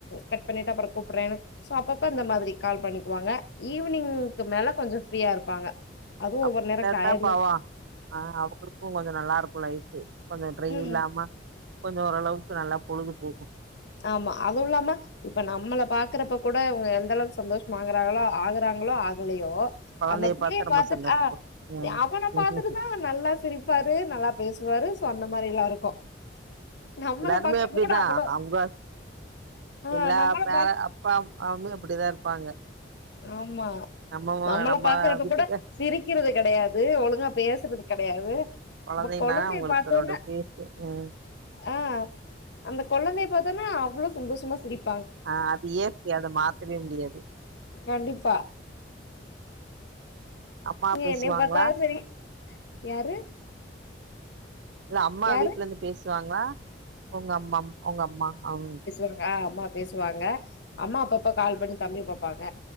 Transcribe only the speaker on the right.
அப்டித்
தா
தா பாவா ஆ அவங்களுக்கு கொஞ்சோ நல்லாருக்கு லைஃபு கொஞ்சோ ட்ரை இல்லாம
கொஞ்சோ ஓரளவுக்கு நல்லா பொழுது போகு
கொழந்தைய
பாத்து ரொம்ப
சந்தோஷப்படு
ம்
ம்
எல்லாருமே
அப்டிதா
அவ்ங்க
எல்லா
பேர
அப்பா அம்மாமே அப்டிதா இருப்பாங்க
நம்ம
நம்ம
வீட்டுக்கு
கொழந்தைனா
அவங்களுக்கு
அதோட பேஸு ம்
ஆ அது இயற்கை அத மாத்தவே முடியாது
அப்பா பேசுவாங்ளா
ஒ அம்மா
வீட்லருந்து பேசுவாங்ளா உங்க அம்மம் உங்க அம்மா அம்